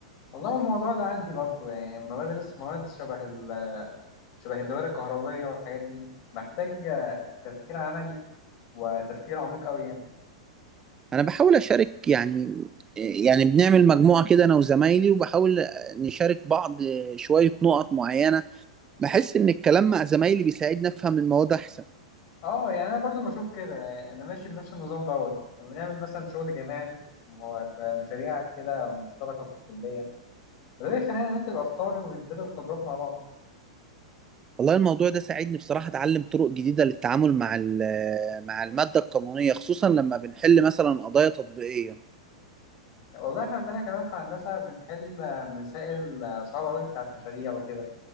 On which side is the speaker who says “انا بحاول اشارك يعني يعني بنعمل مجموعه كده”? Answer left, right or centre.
Right